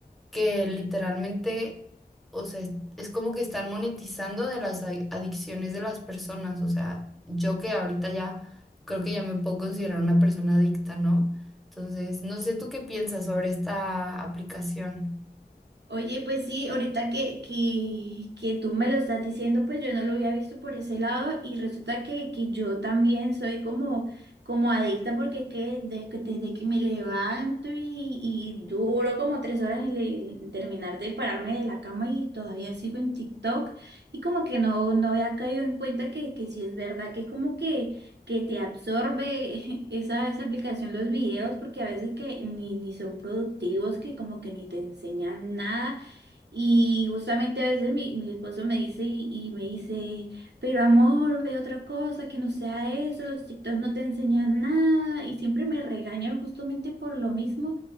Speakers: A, in the centre; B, on the right.
A: que literalmente, o sea, es, es como que están monetizando de las ad- adicciones de las personas. O sea, yo que ahorita ya creo que ya me puedo considerar una persona adicta, ¿no? Entonces, no sé tú qué piensas sobre esta aplicación.
B: Oye, pues sí, ahorita que, que, que tú me lo estás diciendo, pues yo no lo había visto por ese lado y resulta que, que yo también soy como, como adicta porque es que desde, desde que me levanto y, y duro como tres horas en, le- en terminar de pararme de la cama y todavía sigo en TikTok y como que no, no había caído en cuenta que, que sí es verdad que es como que... que te absorbe <laughs> esa, esa aplicación, los videos, porque a veces que ni, ni son productivos, que como que ni te enseñan nada. Y justamente a veces mi, mi esposo me dice y, y me dice, pero amor, ve otra cosa que no sea eso, los TikTok no te enseñan nada y siempre me regañan justamente por lo mismo.